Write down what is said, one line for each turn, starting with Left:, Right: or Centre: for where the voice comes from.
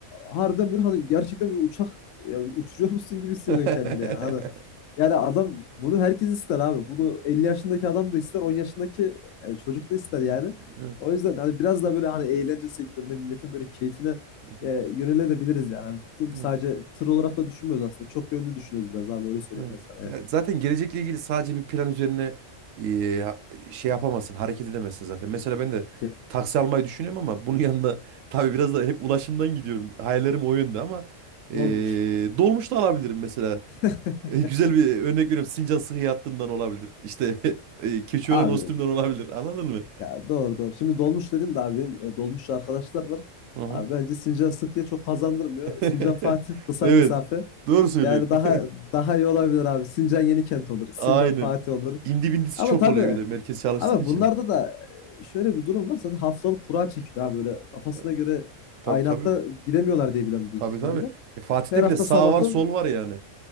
Left: Harbiden bir hani gerçekten bir uçak ya uçuruyor musun gibi hissediyorsun
Right: <laughs>
Left: kendini yani. Hani yani adam bunu herkes ister abi. Bunu 50 yaşındaki adam da ister, 10 yaşındaki e, çocuk da ister yani.
Right: Evet.
Left: O yüzden hani biraz da böyle hani eğlence sektöründe milletin böyle keyfine
Right: Hı hı.
Left: e, yönelebiliriz yani. Hani tım- sadece
Right: Evet.
Left: tır olarak da düşünmüyoruz aslında. Çok yönlü düşünüyoruz biraz abi öyle söyleyeyim
Right: Evet.
Left: ben sana. Yani.
Right: Ya zaten gelecekle ilgili sadece bir plan üzerine e, ha- şey yapamazsın, hareket edemezsin zaten. Mesela ben de
Left: Kes.
Right: taksi almayı düşünüyorum ama bunun <laughs> yanında tabii biraz da hep ulaşımdan gidiyorum. Hayallerim o yönde ama e,
Left: Dolmuş.
Right: dolmuş da alabilirim mesela.
Left: <laughs>
Right: E, güzel bir örnek veriyorum. Sincan Sıhhiye Hattı'ndan olabilir. İşte <laughs> e, Keçiören
Left: Abi
Right: Ostüm'den olabilir.
Left: e,
Right: Anladın mı?
Left: Ya doğru doğru. Şimdi dolmuş dedin de abi benim e, dolmuşçu arkadaşlar var.
Right: Hı hı.
Left: Abi bence Sincan Sıkıya çok kazandırmıyor.
Right: <laughs>
Left: Sincan Fatih kısa
Right: Evet.
Left: mesafe.
Right: Doğru söylüyorsun.
Left: Yani daha daha iyi olabilir
Right: <laughs>
Left: abi. Sincan Yenikent olur. Sincan
Right: Aynen.
Left: Fatih olur.
Right: İndi bindisi
Left: Ama
Right: çok
Left: tabii
Right: oluyor bir de merkez çalıştığın
Left: abi
Right: için.
Left: bunlarda da e, şöyle bir durum var. Zaten haftalık kura çekiliyor abi böyle kafasına
Right: E,
Left: göre
Right: Tabii
Left: aynı
Right: tabii.
Left: hatta gidemiyorlar diye biliyorum büyük
Right: Tabii
Left: ihtimalle.
Right: tabii. E, Fatih'te
Left: Her hafta
Right: bile sağ
Left: sabahtan
Right: var sol var yani.